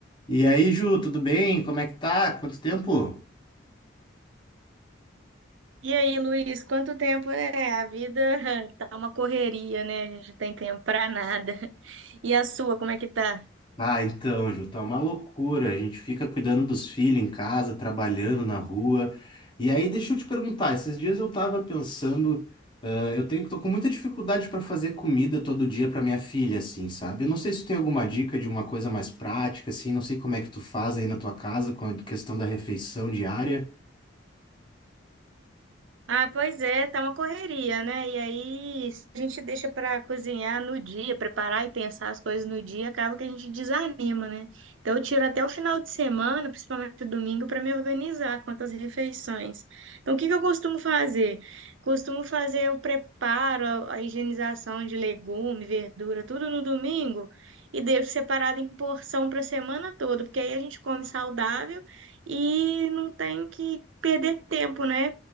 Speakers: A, on the left; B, on the right.
A: E aí, Ju, tudo bem? Como é que tá? Quanto tempo?
B: E aí, Luiz, quanto tempo é? A vida <laughs> tá uma correria, né? A gente não tem tempo pra nada. E a sua, como é que tá?
A: Ah, então, Ju, tá uma loucura. A gente fica cuidando dos filhos em casa, trabalhando na rua. E aí, deixa eu te perguntar, esses dias eu tava pensando, ah, eu tenho, tô com muita dificuldade para fazer comida todo dia para minha filha, assim, sabe? Eu não sei se tu tem alguma dica de uma coisa mais prática, assim, não sei como é que tu faz aí na tua casa com a questão da refeição diária.
B: Ah, pois é, tá uma correria, né? E aí, se a gente deixa para cozinhar no dia, preparar e pensar as coisas no dia, acaba que a gente desanima, né? Então, eu tiro até o final de semana, principalmente o domingo, para me organizar quanto às refeições. Então, o que que eu costumo fazer? Costumo fazer o preparo, a a higienização de legume, verdura, tudo no domingo e deixo separado em porção para a semana toda, porque aí a gente come saudável e não tem que perder tempo, né?